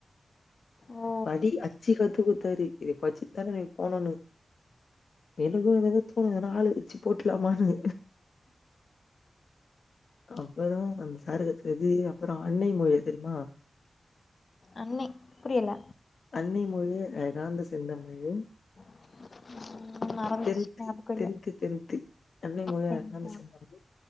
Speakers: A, on the left; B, on the left.
A: ஓ
B: படி அச்சி கத்து குத் தரி இத பச்சித்தானே எனக் போனுனு எனக்கு எதெதோ தோணு ஏனா ஆளு அச்சி போட்லாமான்னு அப்புது அந்த சாரு கத் எது அப்பறோ அன்னை முயல் தெரிமா
A: அன்னை புரியல
B: அன்னை மொழியே அகாந்த செந்தமிழுல்
A: ம் மறந்துருச்சு
B: தென்த்தி
A: ஞாபகம் இல்ல
B: தென்த்தி தென்த்தி அன்னை முய
A: சரிங்களா
B: நான்து செந்தமிழ்